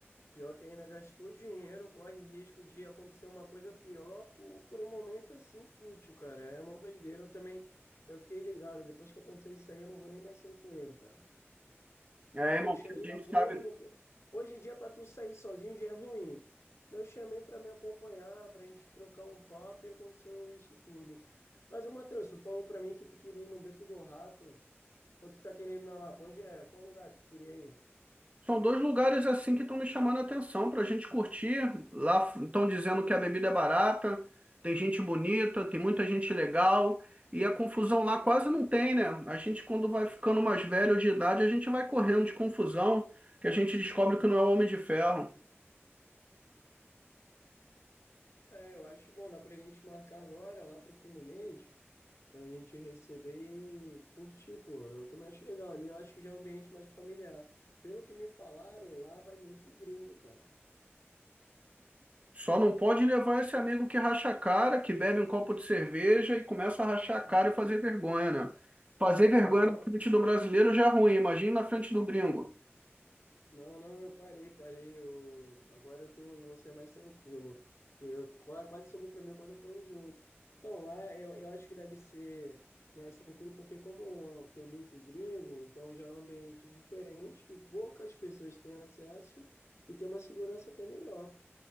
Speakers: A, on the left; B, on the right.
A: pior que ainda gastou dinheiro, corre risco de acontecer uma coisa pior por, por um momento assim fútil, cara. É uma doideira. Eu também, eu fiquei ligado, depois que aconteceu isso aí, eu não vou nem mais sair com ele, cara.
B: É,
A: E, pô,
B: irmão,
A: eu chamei
B: porque
A: na
B: a gente
A: boa,
B: sabe.
A: porque hoje em dia pra tu sair sozinho já é ruim. Então, Eu chamei pra me acompanhar, pra gente trocar um papo e aconteceu isso tudo. Mas, ô, Matheus, tu falou pra mim que tu queria ir no Beco do Rato, ou tu tá querendo ir na Lapa? Onde é? Qual o lugar que tu queria ir?
B: São dois lugares assim que estão me chamando a atenção para a gente curtir. Lá estão dizendo que a bebida é barata, tem gente bonita, tem muita gente legal e a confusão lá quase não tem, né? A gente quando vai ficando mais velho de idade, a gente vai correndo de confusão, que a gente descobre que não é o Homem de Ferro.
A: É, eu acho bom, dá pra gente marcar agora, lá pro fim do mês, quando a gente receber e curtir, pô. Eu também acho legal ali, eu acho que já é um ambiente mais familiar. Pelo que me falaram, lá vai muito gringo, cara.
B: Só não pode levar esse amigo que racha a cara, que bebe um copo de cerveja e começa a rachar a cara e fazer vergonha, né? Fazer vergonha
A: Não.
B: na frente do brasileiro já é ruim, imagina na frente do gringo.
A: Não, não, eu parei, parei. Eu... Agora eu tô, vou ser mais tranquilo. Porque eu qua- quase sobrou pra mim, eu quase apanhei junto. Então, lá eu, eu acho que deve ser mais tranquilo, porque como tem muito gringo, então já é um ambiente diferente, que poucas pessoas têm acesso e tem uma segurança até melhor.